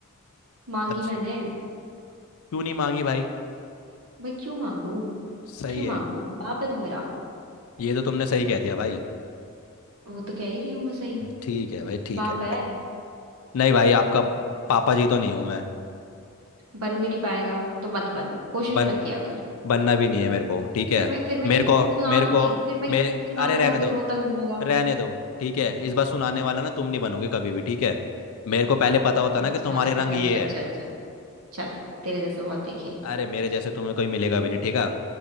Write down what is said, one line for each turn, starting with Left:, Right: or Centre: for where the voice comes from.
Right: मांगी
Left: अच्छा
Right: मैंने
Left: क्यों नहीं मांगी भाई
Right: भाई क्यों मांगू
Left: सही
Right: क्यों
Left: है
Right: मांगू बाप है तू मेरा
Left: ये तो तुमने सही कह दिया भाई
Right: वो तो कह ही रही हूं मैं सही
Left: ठीक है भाई ठीक
Right: बाप
Left: है
Right: है
Left: नहीं भाई आपका पापा जी तो नहीं हूं मैं
Right: बन भी नहीं पाएगा तो मत बन कोशिश
Left: बन
Right: मत किया अगर
Left: बनना भी नहीं है मेरे को ठीक है
Right: फिर मैं फिर मैं
Left: मेरे
Right: किसी
Left: को
Right: दिन सुना
Left: मेरे
Right: दूंगी
Left: को
Right: फिर मैं
Left: मेरे
Right: किसी दिन सुना
Left: अरे
Right: दूंगी
Left: रहने
Right: फिर
Left: दो
Right: रोता घूमेगा
Left: रहने दो ठीक है इस बार सुनाने वाला ना तुम नहीं बनोगे कभी भी ठीक है मेरे को पहले पता होता
Right: अबे
Left: ना कि
Right: जान
Left: तुम्हारे रंग
Right: जा
Left: ये
Right: चल
Left: है
Right: चल चल चल तेरे जैसे बहुत देखे
Left: अरे मेरे जैसे तुम्हें कोई मिलेगा भी नहीं ठीक है